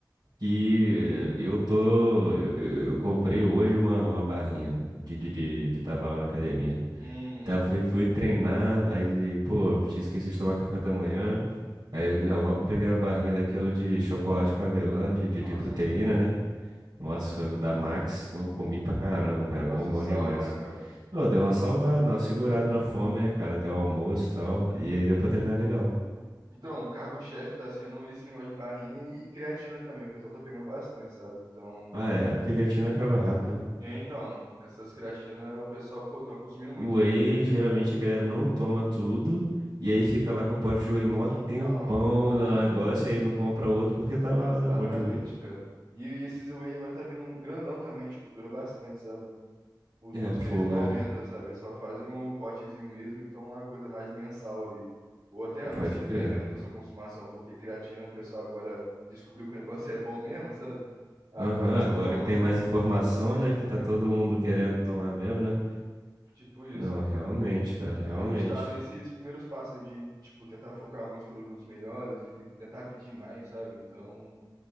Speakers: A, on the right; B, on the right.
A: que
B: Hum,
A: eu tô. Eu, eu- eu comprei hoje uma, uma barrinha de, de, de- que tava lá na academia.
B: hum,
A: Tá, fui, fui treinar, aí, pô, tinha esquecido de tomar café da manhã. Aí eu
B: uhum.
A: já logo peguei a barrinha daquela de chocolate com avelã, de, de,
B: Nossa,
A: de proteína,
B: muito bom.
A: né? Nossa, da Max, eu comi pra caramba, cara,
B: Que negócio
A: bom, bom
B: salva,
A: demais.
B: né, cara?
A: Ô, deu uma salvada, uma segurada na fome, né, cara, até o almoço e tal. E aí deu pra treinar legal.
B: Então, o cargo-chefe tá sendo esse negócio de barrinha e creatina também, o pessoal tá pegando bastante, sabe? Então,
A: Ah, é, é porque a creatina acaba rápido, né?
B: é, então, essas creatinas o pessoal, pô, tão consumindo muito,
A: O whey,
B: porque
A: geralmente a galera não toma tudo. E aí fica lá com o pote de whey mó
B: Então,
A: tempão no
B: e
A: negócio, e aí não compra outro porque tá lá,
B: exatamente,
A: né, um monte de whey.
B: cara. E e esses Wade agora tá vindo um grandão também, tipo, dura bastante, sabe? Os
A: É,
B: outros
A: fogo,
B: que eles não aumentam,
A: né?
B: sabe? Eles só fazem o potezinho mesmo, então é uma coisa mais mensal ali. Ou até antes,
A: Pode
B: dependendo
A: crer.
B: da sua consumação, porque creatina o pessoal agora descobriu que o negócio é bom mesmo, sabe? Agora
A: Aham,
B: eles
A: agora
B: estão tomando
A: que tem mais
B: em...
A: informação,
B: É,
A: né? Que tá todo
B: pô.
A: mundo querendo tomar mesmo, né?
B: Tipo isso,
A: Não,
B: pô.
A: realmente, cara,
B: a
A: realmente.
B: gente Caramba. tá nesses primeiros passos aí de, tipo, tentar focar em alguns produtos melhores, tentar tentar pedir mais, sabe? Então.